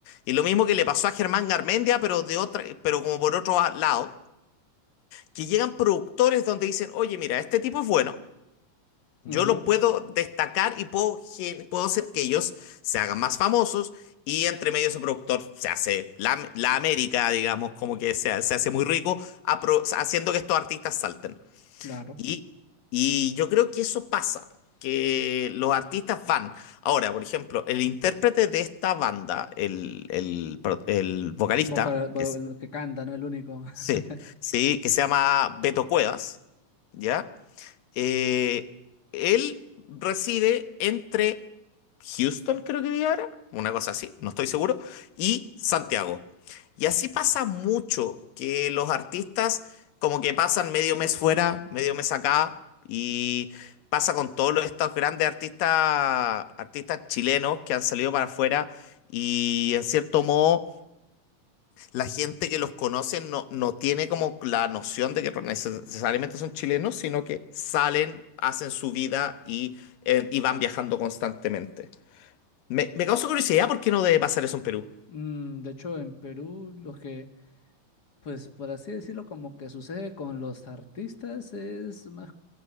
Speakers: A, on the left; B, on the left.
A: y lo mismo que le pasó a Germán Garmendia, pero de otra, pero como por otro lado, que llegan productores donde dicen, oye, mira, este tipo es bueno, yo
B: Ujú,
A: los puedo destacar y puedo, gen- puedo hacer que ellos se hagan más famosos y entre medio ese productor se hace la, la América, digamos, como que se, se hace muy rico apro- haciendo que estos artistas salten.
B: claro.
A: Y, y yo creo que eso pasa, que los artistas van. Ahora, por ejemplo, el intérprete de esta banda, el, el pro- el vocalista,
B: Boca, bo-
A: que es-
B: el que canta, ¿no? El único. <laughs>
A: sí, sí, que se llama Beto Cuevas, ¿ya? Eh, él reside entre Houston, creo que vive ahora, una cosa así, no estoy seguro, y Santiago. Y así pasa mucho que los artistas como que pasan medio mes fuera, medio mes acá, y pasa con todos los- estos grandes artistas, artistas chilenos que han salido para afuera y en cierto modo la gente que los conoce no, no tiene como la noción de que neces- necesariamente son chilenos, sino que salen, hacen su vida y, eh, y van viajando constantemente. Me, me causa curiosidad por qué no debe pasar eso en Perú.
B: Mm, de hecho, en Perú lo que, pues por así decirlo, como que sucede con los artistas es más,